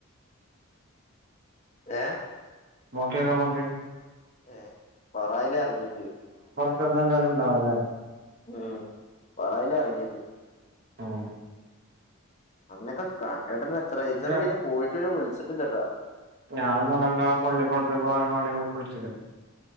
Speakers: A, on the left; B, on the right.
A: ഏ
B: നോക്കിയലമക്
A: ഏ പൊറായില അറങ്ങിട്ട്
B: പിന്നെ ദേലും ണ്ടാവലെ
A: ഉം പറല്ലേ ഇറങ്ങീട്ട്
B: ആഹ
A: അന്നൊക്കെ കണ്ടിട്ടന്ന എത്രയച്ച
B: ഇല്ല
A: പിന്നെ പോയിട്ട് പിന്നെ വിളിച്ചിട്ടില്ലട്ടാ
B: ഞാൻ നടന്ന പള്ളിക്കൊളത്ത പോകാനൻ വേണ്ടി കുളിച്ക് ണ്